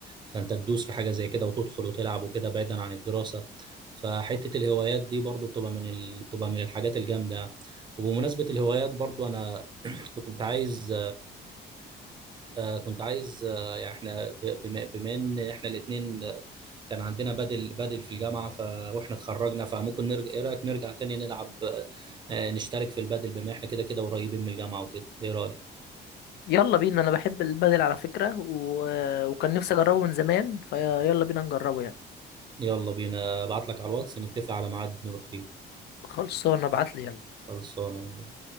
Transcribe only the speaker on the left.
يلا بينا انا بحب البدل على فكرة و... وكان نفسي اجربه من زمان فيلا بينا نجربه يعني
خلصانه ابعت لي يلا